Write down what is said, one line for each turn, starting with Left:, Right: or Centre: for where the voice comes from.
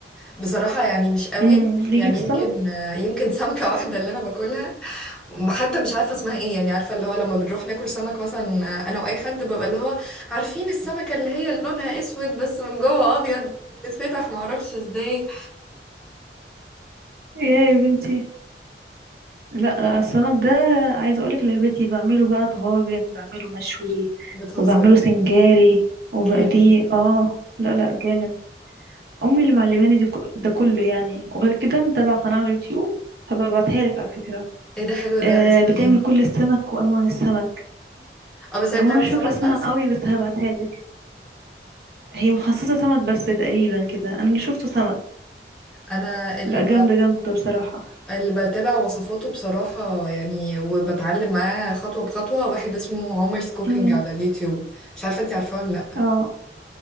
Centre: بصراحة يعني مش قوي
Right: امم ليكي
Centre: يعني
Right: في السمك
Centre: يمكن يمكن سمكة <laughs> واحدة اللي أنا باكلها ما- حتى مش عارفة اسمها إيه يعني عارفة اللي هو لما بنروح ناكل سمك مثلا أنا وأي حد ببقى اللي هو عارفين السمكة اللي هي اللي لونها أسود بس من جوه أبيض بس بتتفتح معرفش إزاي
Right: ايه يا بنتي لا السمك ده عايزه اقولك لعبتي بعمله بقى طواجن بعمله مشوي
Centre: بتهزر
Right: وبعمله سنجاري وبقليه
Centre: جامد
Right: اه لا لا جامد امي اللي معلماني دي ك- ده كله يعني وغير كده متابعه قناه على اليوتيوب هبقى ابعتها لك على فكره
Centre: إيه ده حلو ده
Right: آه
Centre: اسمها
Right: بتعمل
Centre: إيه
Right: كل السمك وانواع السمك
Centre: أه بس
Right: هو
Centre: هي بتعمل
Right: انا مش
Centre: سمك
Right: فاكره اسمها
Centre: بس
Right: قوي بس هبعتها لك هي مخصصه سمك بس تقريبا كده انا اللي شفته سمك
Centre: أنا اللي
Right: لا
Centre: ب...
Right: جامده جامده بصراحه
Centre: اللي بتابع وصفاته بصراحة يعني وبتعلم معاه خطوة بخطوة واحد اسمه عمر's كوكينج
Right: امم
Centre: على اليوتيوب مش عارفة انتي عارفاه ولا لأ
Right: اه